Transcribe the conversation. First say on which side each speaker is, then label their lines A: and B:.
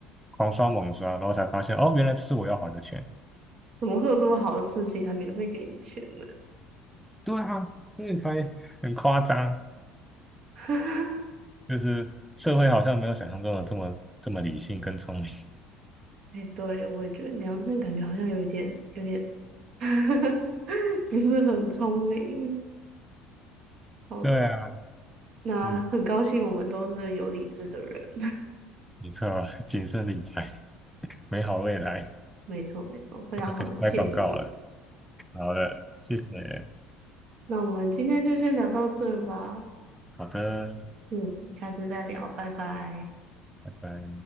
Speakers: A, in the centre; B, on the right.
A: 狂刷猛刷，然后才发现哦，原来这是我要还的钱。
B: 怎么会有这么好的事情还免费给你钱呢？
A: 对啊，所以才很夸张，
B: <laughs>
A: 就是社会好像没有想象中的这么这么理性跟聪明。
B: 哎，对，我也觉得那样，那感觉好像有一点，有点 <laughs> 不是很聪明。好啦，
A: 对啊，
B: 那很高兴我们都是有理智的人。
A: 嗯，没错，谨慎理财，美好未来，
B: 没错，没错，
A: <laughs>
B: 非常好的建议。
A: 我都可以拍广告了。好的，谢谢，
B: 那我们今天就先聊到这儿吧，
A: 好的，
B: 嗯，下次再聊，拜拜。
A: 拜拜。